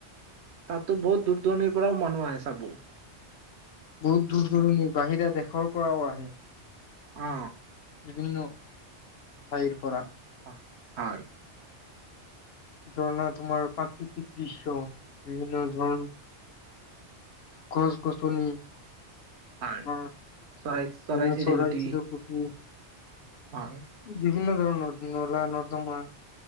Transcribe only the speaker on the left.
বহুত দূৰ দূৰণিৰ বাহিৰা দেশৰ পৰাও আহে
বিভিন্ন ঠাইৰ পৰা
ঝৰ্ণা তোমাৰ প্ৰাকৃতিক দৃশ্য বিভিন্ন ধৰণ গছ গছনি
উ
ধুনীয়া
চৰাই চিৰিকটি
বিভিন্ন ধৰণৰ নলা নৰ্দমা